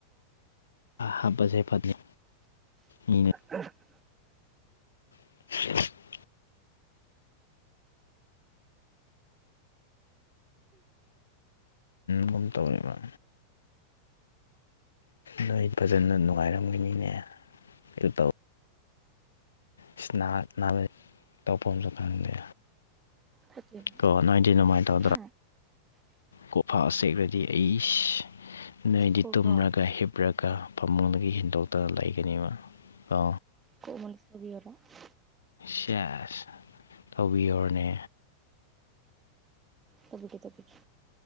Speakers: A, on the left (about 70°); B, on the right (about 20°).
A: ꯍꯥꯞꯄꯁꯦ ꯐꯠꯅꯤ ꯃꯤꯅ
B: <inaudible>
A: <inaudible> ꯑꯗꯨꯝ ꯇꯧꯏꯔ ꯅꯣꯏ ꯐꯖꯅ ꯅꯨꯡꯉꯥꯏꯔꯝꯒꯅꯤꯅꯦ ꯑꯗꯨ ꯇꯧ ꯏꯁ ꯅꯥꯍꯥꯟ ꯅꯥꯕꯩ ꯇꯧꯐꯝꯁꯨ ꯈꯪꯗꯦ
B: ꯐꯠꯇꯦꯕ
A: ꯀꯣ ꯅꯣꯏꯗꯤ ꯑꯗꯨꯃꯥꯏ ꯇꯧꯗ꯭ꯔꯣ
B: ꯍꯥ
A: ꯀꯣꯐꯥ ꯁꯦꯛꯂꯗꯤ ꯑꯩꯁ ꯅꯣꯏꯗꯤ
B: ꯀꯣꯛꯂꯣ
A: ꯇꯨꯝꯔꯒ ꯍꯤꯞ ꯄꯔꯒ ꯐꯃꯨꯡꯗꯒꯤ ꯍꯦꯟꯗꯣꯛꯇꯒ ꯂꯩꯒꯅꯤꯕ ꯑ
B: <unintelligible>
A: ꯁꯦꯁ ꯇꯧꯕꯤꯌꯣꯅꯦ
B: ꯇꯧꯕꯤꯒꯦ ꯇꯧꯕꯤꯒꯦ